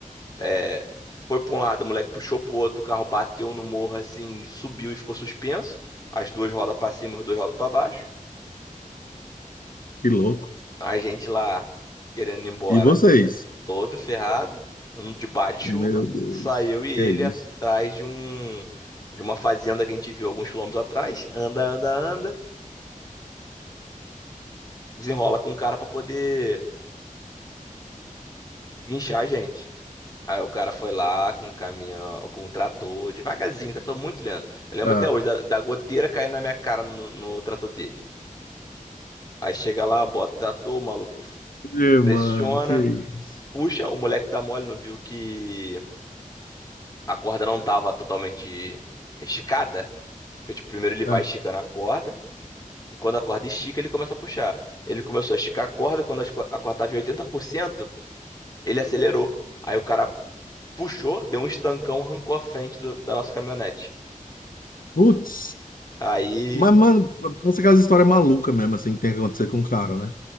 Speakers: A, on the left; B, on the left.
A: é, foi para um lado, o moleque puxou pro outro, o carro bateu no morro, assim, subiu e ficou suspenso. As duas rodas pra cima, as duas rodas pra baixo.
B: que louco.
A: A gente lá, querendo ir embora.
B: E vocês?
A: todo ferrado, um de bar de chuva.
B: Meu Deus,
A: Saiu e ele
B: que isso?
A: atrás de um de uma fazenda que a gente viu alguns quilômetros atrás. Anda, anda, anda. Desenrola com o cara pra poder guinchar a gente. Aí o cara foi lá com um caminhão, com um trator, devagarzinho, trator muito lento. Eu lembro
B: Ah,
A: até hoje da, da goteira caindo na minha cara no, no trator dele. Aí chega lá, bota o trator, o maluco
B: meu,
A: pressiona,
B: mano, que isso?
A: puxa, o moleque dá mole, não viu que a corda não tava totalmente esticada. Porque, tipo, primeiro ele vai
B: Ah,
A: esticando a corda, e quando a corda estica, ele começa a puxar. Ele começou a esticar a corda, quando as co- a corda estava em 80%, ele acelerou. Aí o cara puxou, deu um estancão, arrancou a frente do- da nossa caminhonete.
B: putz,
A: Aí,
B: mas, mano, pensa aquelas histórias malucas mesmo, assim, que tem que acontecer com o cara, né?